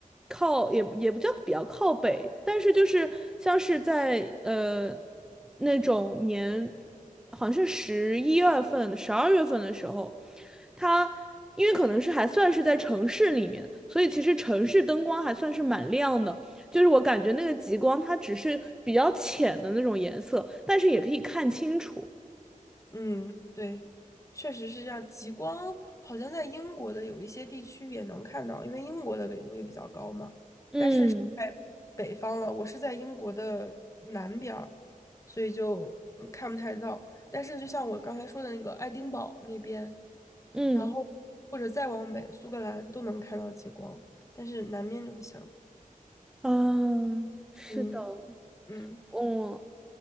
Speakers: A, in the centre; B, on the left.
A: 靠，也也不叫比较靠北，但是就是像是在呃那种年，好像是十一月份、十二月份的时候，它因为可能是还算是在城市里面，所以其实城市灯光还算是蛮亮的，就是我感觉那个极光它只是比较浅的那种颜色，但是也可以看清楚。
B: 嗯，对，确实是这样。极光好像在英国的有一些地区也能看到，因为英国的纬度也比较高嘛。
A: 嗯
B: 但是在北方了，我是在英国的南边儿，所以就嗯看不太到。但是就像我刚才说的那个爱丁堡那边，
A: 嗯
B: 然后或者再往北，苏格兰都能看到极光，但是南面就不行。
A: 啊，是的，
B: 嗯嗯，
A: 嗯，